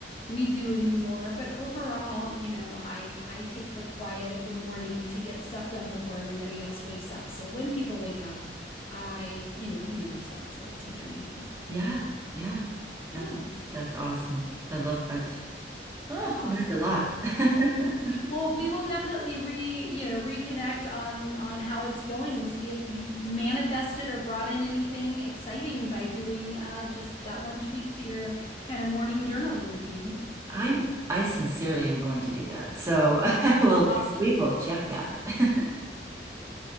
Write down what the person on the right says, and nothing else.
Yeah, yeah.
That that's awesome. I love that. Oh,
learned a lot. <laughs>
I'm I sincerely am going to do that. So <laughs> I will
we will check back. <laughs>